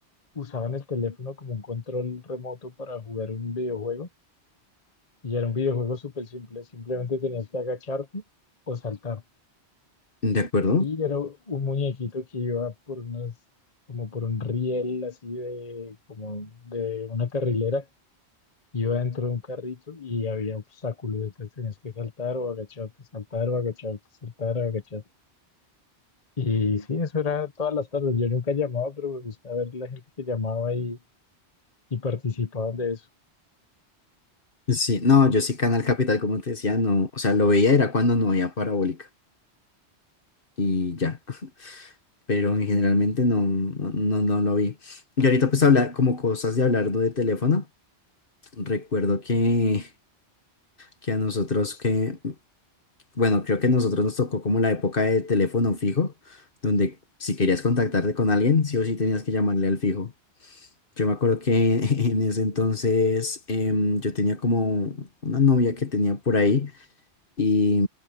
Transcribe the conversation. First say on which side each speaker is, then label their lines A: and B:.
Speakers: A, on the left; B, on the left.
A: usaban el teléfono como un control remoto para jugar un videojuego Y era un videojuego súper simple, simplemente tenías que agacharte o saltar.
B: ¿De acuerdo?
A: Y era un muñequito que iba por unas, como por un riel así de, como de una carrilera, iba dentro de un carrito y había obstáculos, entonces tenías que saltar o agacharte, saltar o agacharte, saltar o agacharte. Y sí, eso era todas las tardes. Yo nunca llamaba, pero me gustaba ver la gente que llamaba y, y participaba de eso,
B: Sí, no, yo sí Canal Capital, como te decía, no, o sea, lo veía era cuando no había parabólica y ya. pero en generalmente no, no, no, no lo vi. Y ahorita pues hablar como cosas de hablar ¿no? de teléfono, recuerdo que, que a nosotros que, bueno, creo que a nosotros nos tocó como la época de teléfono fijo, donde si querías contactarte con alguien, sí o sí tenías que llamarle al fijo. Yo me acuerdo que <laughs> en ese entonces em, yo tenía como una novia que tenía por ahí y,